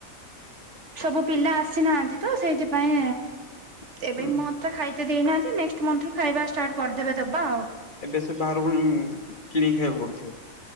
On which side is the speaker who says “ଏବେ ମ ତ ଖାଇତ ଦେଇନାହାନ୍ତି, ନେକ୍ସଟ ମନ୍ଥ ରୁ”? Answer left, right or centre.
Right